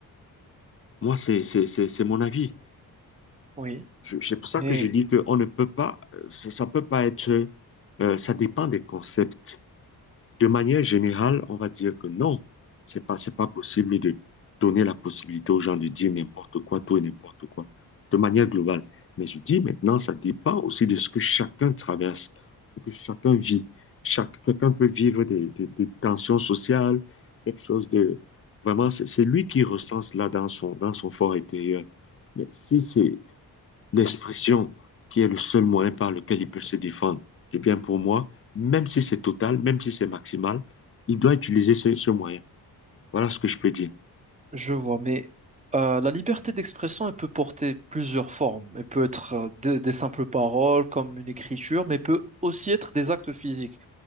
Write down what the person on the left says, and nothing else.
Moi, c'est, c'est, c'est, c'est mon avis.
Je- C'est pour ça
que je dis qu'on ne peut pas, ça, ça peut pas être, euh, ça dépend des concepts. De manière générale, on va dire que non, c'est pas, c'est pas possible de donner la possibilité aux gens de dire n'importe quoi, tout et n'importe quoi, de manière globale. Mais je dis maintenant, ça dépend aussi de ce que chacun traverse, de ce que chacun vit. Chaque, quelqu'un peut vivre des, des- des tensions sociales, quelque chose de... Vraiment, c'est c'est lui qui recense là dans son, dans son fort intérieur. Mais si c'est l'expression qui est le seul moyen par lequel il peut se défendre, eh bien pour moi, même si c'est total, même si c'est maximal, il doit utiliser ce, ce moyen. Voilà ce que je peux dire.